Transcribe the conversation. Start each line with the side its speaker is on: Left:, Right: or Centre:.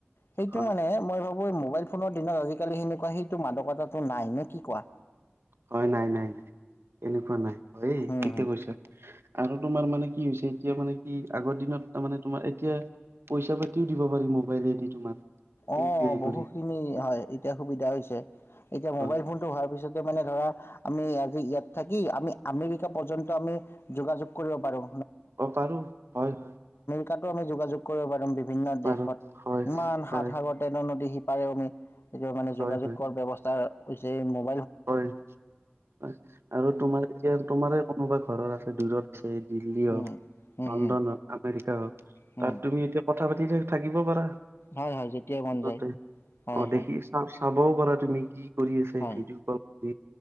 Left: সেইটো
Right: হয়
Left: মানে মই ভা বো মোবাইল ফোনৰ দিনত আজি কালি হেনেকুৱা সেইটো মাদকতাটো নাই নে কি কোৱা
Right: হয় নাই নাই এনেকুৱা নাই হয়ে
Left: হম
Right: ঠিকে
Left: হম
Right: কৈছা আৰু তোমাৰ মানে কি হৈছে এতিয়া মানে কি আগৰ দিনত তামানে তোমাৰ এতিয়া পইচা পাতিও দিব পাৰি মোবাইলেদি তোমাৰ ইউ
Left: অ
Right: পি আই
Left: বহুখিনি
Right: কৰি
Left: হয় এতিয়া সুবিধা হৈছে এতিয়া
Right: হয়
Left: মোবাইল ফোনটো হোৱাৰ পিছতে মানে ধৰা আমি আজি ইয়াত থাকি আমি আমেৰিকা পৰ্যন্ত আমি যোগাযোগ কৰিব পাৰোঁ
Right: অ পাৰোঁ হয়
Left: তাতো আমি যোগাযোগ কৰিব পাৰিম বিভিন্ন
Right: পাৰো
Left: দেশত
Right: হয়
Left: ইমান হাত
Right: হয়
Left: নদী সিপাৰেও আমি এতিয়াওঁ মানে
Right: হয়
Left: যোগাযোগ
Right: হয়
Left: কৰা ব্যৱস্থাৰ কৈছে মোক
Right: হয় হয় আৰু তোমাৰ এতিয়া তোমাৰে কোনোবা ঘৰত আছে দূৰত দিল্লী হওক
Left: উম, হুম,
Right: লণ্ডন
Left: হুম,
Right: হওক আমেৰিকা হওক
Left: হুম,
Right: তাত তুমি এতিয়া কথা পাতি নিজে থাকিব পাৰা।
Left: হয় হয় যেতিয়া মন
Right: সিহঁতে
Left: যায় হয়
Right: অ
Left: হয়।
Right: দেখি চা চাবও পাৰা তুমি কি কৰি আছা
Left: হয়
Right: এই ভিডিঅ কল কৰি